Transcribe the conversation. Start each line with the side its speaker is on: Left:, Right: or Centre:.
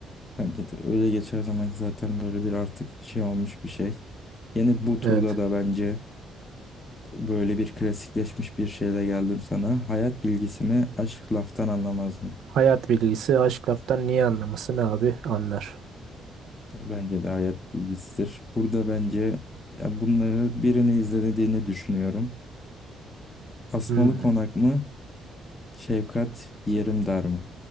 Left: Bence de öyle geçer zamanki zaten böyle bir artık şey olmuş bir şey. Yine bu turda
Right: Evet.
Left: da bence böyle bir klasikleşmiş bir şeyle geldim sana. Hayat bilgisi mi, aşk laftan anlamaz mı?
Right: Hayat bilgisi aşk laftan niye anlaması ne abi anlar.
Left: Bence de hayat bilgisidir. Burada bence ya bunları birini izlediğini düşünüyorum. Asmalı
Right: Hmm.
Left: Konak mı, Şefkat Yerim Dar mı?